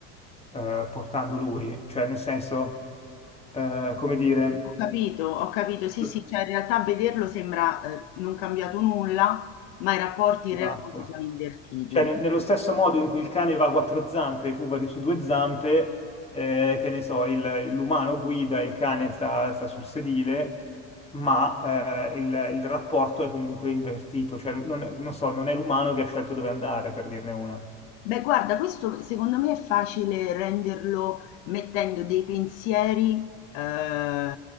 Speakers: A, on the left; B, on the left.
A: eh, portando lui. Cioè, nel senso, eh, come dire,
B: Ho capito, ho capito. Sì,
A: lo-
B: sì, cioè in realtà vederlo sembra eh, non cambiato nulla, ma i rapporti
A: esatto.
B: in realtà si sono invertiti.
A: Cioè, ne- nello stesso modo in cui il cane va a quattro zampe e tu vai su due zampe, eh, che ne so, il- l'umano guida, il cane sta, sta sul sedile, ma eh, il, il rapporto è comunque invertito. Cioè, non è- non so, non è l'umano che ha scelto dove andare, per dirne una.
B: Beh, guarda, questo secondo me è facile renderlo mettendo dei pensieri, eh,